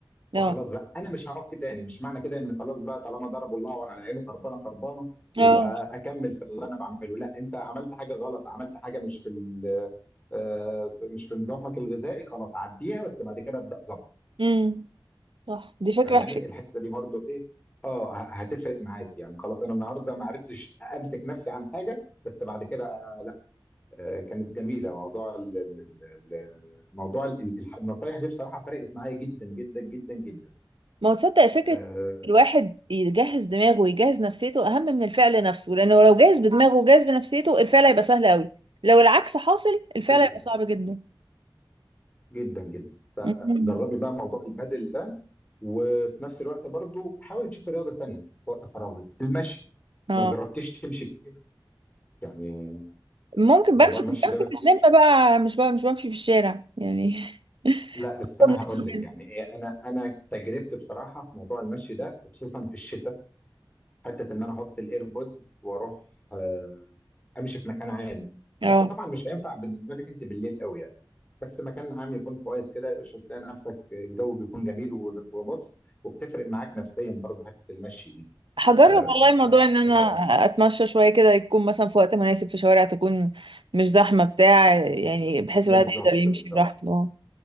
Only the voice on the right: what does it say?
اه
اه
امم صح دي فكرة
حلوة
ما هو تصدق فكرة
الواحد يجهز دماغه ويجهز نفسيته أهم من الفعل نفسه لأنه لو جاهز بدماغه وجاهز بنفسيته الفعل هيبقى سهل قوي لو العكس حاصل الفعل
هيبقى صعب جدا
مم.
اه
ممكن
بمشي
بس بمشي
في
الجيم بقى مش بقى مش بمشي في الشارع يعني
<laughs>
اه
هجرب
والله موضوع ان انا
اتمشى شويه كده يكون مثلا في وقت مناسب في شوارع تكون مش زحمه بتاع يعني بحيث
الواحد يقدر يمشي
براحته